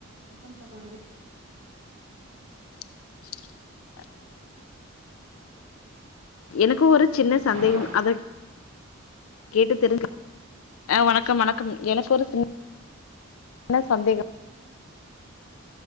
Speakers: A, on the right (about 60°); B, on the left (about 80°).
A: வணக்கம் சகோதரி
B: <inaudible> எனக்கு ஒரு
A: வணக்கம்
B: சின்ன
A: சகோதரி
B: சந்தேகம் அது கேட்டு தெரிஞ் அ வணக்கம் வணக்கம் எனக்கு ஒரு சின் <unintelligible> சின்ன சந்தேகம்